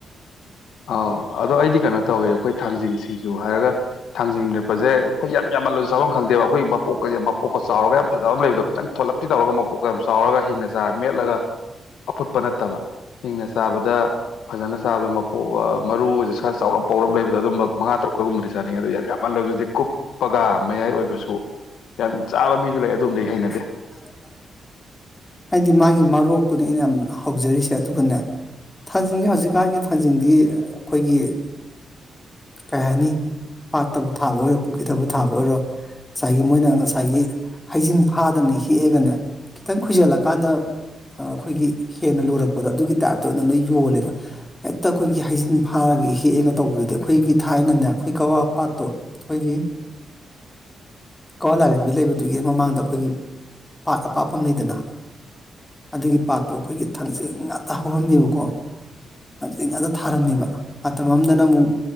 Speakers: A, on the left; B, on the left.
A: ꯑꯥꯎ ꯑꯗꯣ ꯑꯩꯗꯤ ꯀꯩꯅꯣ ꯇꯧꯋꯦ ꯑꯩꯈꯣꯏ ꯊꯥꯡꯖꯤꯡ ꯁꯤꯡꯖꯨ ꯍꯥꯏꯔꯒ ꯊꯥꯡꯖꯤꯡ ꯃꯦꯠꯄꯁꯦ ꯑꯩꯈꯣꯏ ꯌꯥꯝ ꯌꯥꯝꯃꯜꯂꯁꯨ ꯆꯥꯐꯝ ꯈꯪꯗꯦꯕ ꯑꯩꯈꯣꯏ ꯃꯄꯣꯛꯀꯁꯦ ꯃꯄꯣꯛꯀ ꯆꯥꯎꯔꯒ ꯌꯥꯝ ꯐꯖꯕ ꯑꯃ ꯂꯩꯕꯗꯣ ꯈꯤꯇꯪ ꯊꯣꯂꯞꯇꯤ ꯇꯧꯔꯒ ꯃꯄꯣꯛꯀ ꯌꯥꯝ ꯆꯥꯎꯔꯒ ꯍꯤꯡꯅ ꯆꯥꯔ ꯃꯦꯠꯂꯒ ꯑꯐꯨꯠꯄ ꯅꯠꯇꯕ ꯍꯤꯡꯅ ꯆꯥꯕꯗ ꯐꯖꯅ ꯆꯥꯕꯗ ꯃꯔꯨꯁ ꯈꯔ ꯆꯥꯎꯔꯞ ꯄꯧꯔꯞ ꯂꯩꯕꯗꯣ ꯑꯗꯨꯝꯕ ꯃꯉꯥ ꯇꯔꯨꯛꯀꯣꯏꯒꯨꯝꯕꯗꯤ ꯁꯥꯥꯅꯤꯡꯉꯦ ꯑꯗꯣ ꯌꯥꯝꯃꯜꯂꯁꯨꯗꯤ ꯀꯨꯞꯄꯒ ꯃꯌꯥꯏ ꯑꯣꯏꯕꯁꯨ ꯌꯥꯝ ꯆꯥꯕ ꯃꯤꯁꯨ ꯂꯩ ꯑꯗꯣꯝꯩ ꯍꯩꯅꯗꯦ
B: <unintelligible> ꯍꯥꯏꯗꯤ ꯃꯥꯒꯤ ꯃꯔꯣꯛꯇꯨꯅꯦ ꯑꯩꯅ ꯌꯥꯝ ꯍꯧꯖꯔꯤꯁꯦ ꯑꯗꯨꯒꯅꯦ ꯊꯥꯡꯖꯤꯡꯁꯦ ꯍꯧꯖꯤꯛꯀꯥꯟꯒꯤ ꯊꯥꯡꯖꯤꯡꯗꯤ ꯑꯩꯈꯣꯏꯒꯤ ꯀꯩ ꯍꯥꯏꯅꯤ ꯄꯥꯠꯇꯕꯨ ꯊꯥꯕ ꯑꯣꯏꯔꯣ ꯄꯨꯈ꯭ꯔꯤꯗꯕꯨ ꯊꯥꯕ ꯑꯣꯏꯔꯣ ꯉꯁꯥꯏꯒꯤ ꯃꯣꯏꯅ ꯉꯁꯥꯏꯒꯤ ꯍꯩꯖꯤꯡ ꯐꯥꯗꯅ ꯍꯦꯛꯑꯒꯅꯦ ꯈꯤꯇꯪ ꯈꯨꯨꯖꯜꯂꯛ ꯀꯥꯟꯗ ꯑꯩꯈꯣꯏꯒꯤ ꯍꯦꯟꯅ ꯂꯔꯛꯄꯗꯣ ꯑꯗꯨꯒꯤ ꯇꯥꯏꯞꯇ ꯑꯣꯏꯅ ꯂꯣꯏ ꯌꯣꯜꯂꯦꯕ ꯍꯦꯛꯇ ꯑꯩꯈꯣꯏꯒꯤ ꯍꯩꯖꯤꯡ ꯐꯥꯔꯒ ꯍꯦꯛꯑꯒ ꯇꯧꯕꯗꯨꯗꯤ ꯑꯩꯈꯣꯏꯒꯤ ꯊꯥꯏꯅꯅꯦ ꯑꯩꯈꯣꯏ ꯀꯋꯥ ꯄꯥꯠꯇꯣ ꯑꯩꯈꯣꯏꯒꯤ ꯀꯋꯥ ꯂꯥꯏꯔꯦꯝꯕꯤ ꯂꯩꯕꯗꯨꯒꯤ ꯃꯃꯥꯡꯗ ꯑꯩꯈꯣꯏꯒꯤ ꯄꯥꯠ ꯑꯄꯥꯛꯄ ꯂꯩꯗꯅ ꯑꯗꯨꯒꯤ ꯄꯥꯠꯇꯣ ꯑꯩꯈꯣꯏꯒꯤ ꯊꯥꯡꯖꯤꯡ ꯉꯥꯛꯇ ꯍꯧꯔꯝꯃꯦꯕꯀꯣ ꯊꯥꯡꯖꯤꯡ ꯉꯥꯛꯇ ꯊꯥꯔꯝꯃꯦꯕ ꯃꯇꯝ ꯑꯃꯗꯅ ꯑꯃꯨꯛ